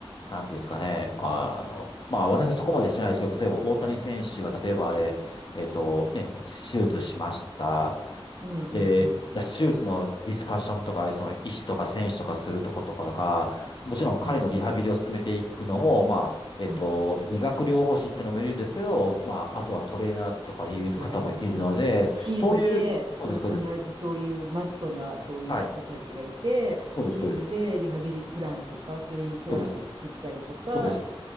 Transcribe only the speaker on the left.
なんていうんですかね、あ、あの、まあ私はそこまでしてないですけど、例えば大谷選手が、例えばあれ、えっとね、手術しました。
で、いや手術のディスカッションとか、その医師とか選手とかするとことかとか、もちろん彼のリハビリを進めていくのも、
まあ、えっと、
理学療法士っていうのもいるんですけど、まあ、あとはトレーナーとかいう方もいるので、
そういう、そうです、そうです。はい。そうです、そうです。そうです。そうです。